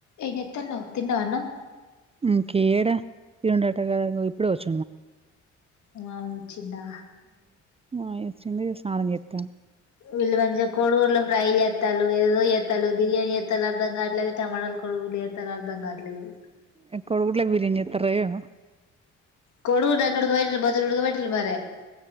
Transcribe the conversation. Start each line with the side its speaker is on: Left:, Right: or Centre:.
Left: ఏం జేత్తన్నావ్ తిన్నవా అన్నం
Right: ఇంకేడ <unintelligible>
Left: ఆ వచ్చిండా
Right: మావయ్య వచ్చిండు స్నానం జేత్తాం
Left: వీళ్లు ఈ మద్య కోడిగుడ్లు ఫ్రై య ఎత్తలు ఏదో ఎత్తాలు బిర్యానీ ఎత్తాలు అర్థం కావట్లేదు టమాటాలు కొడుగులడ్లు ఎత్తా అర్దం కావట్లేదు
Right: ఏ కోడిగుడ్ల బిర్యానీ జేత్తారో ఏమో
Left: కోడిగుడ్లు అన్ని వుడుక బెట్టి పొద్దున ఉడకబెట్టిర్రు మరి